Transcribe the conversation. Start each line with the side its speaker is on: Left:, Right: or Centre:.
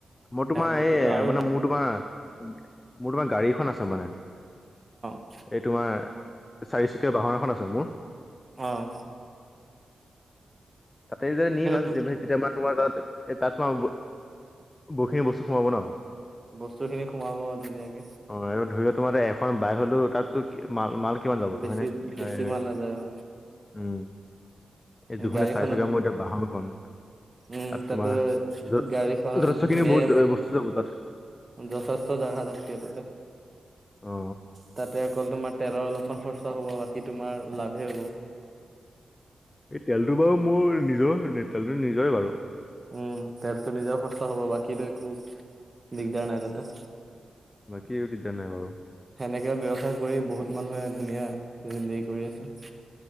Left: মই তোমাৰ
Right: তাতেতো
Left: এই
Right: আৰু
Left: মানে
Right: ভাল
Left: মোৰ তোমাৰ মোৰ তোমাৰ গাড়ী এখন আছে মানে
Right: <unintelligible>
Left: এই তোমাৰ চাৰিচুকীয়া বাহন এখন আছে মোৰ
Right: অঁ
Left: তাতে যে নিম আৰু
Right: তো
Left: তুমি তেতিয়া মা তোমাৰ তাত এ তাত তোমাৰ বহুখিনি বস্তু সোমাব ন
Right: বস্তু খিনি সোমাব আৰু ধুনীয়াকে
Left: অঁ আৰু ধৰি লও তোমাৰ এখন বাইক হ'লেও তাত ত মাল মাল কিমান যাব
Right: বেছি
Left: নহয় নে
Right: বেছি
Left: এ
Right: মাল নাযায় অ
Left: উম এই দুখনেচ
Right: গাড়ীখনত
Left: চাৰিচকীয়া মোৰ এতিয়া বাহনখন,
Right: উম
Left: তাত
Right: তাতে
Left: তোমাৰ যথেষ্টখিনি
Right: গাড়ীখনত ধুনীয়াকে
Left: বহুত <unintelligible> গুচি যাব তাত।
Right: যথেষ্ট জাগা থাকে তাতে।
Left: অ
Right: তাতে অকল তোমাৰ তেলৰ অলপমান খৰচা হ'ব বাকী তোমাৰ লাভে হ'ব।
Left: এই তেলটো বাৰু মোৰ নিজৰ, তেলটো নিজৰে বাৰু।
Right: উম, তেলটো নিজৰ খৰচা হ'ব বাকি তই একো দিগদাৰ নাই তাতে।
Left: বাকি এই দিগদাৰ নাই বাৰু।
Right: সেনেকে ব্যয়ৱসায় কৰি বহুত মানুহে ধুনীয়া জিন্দেগী কৰি আছে।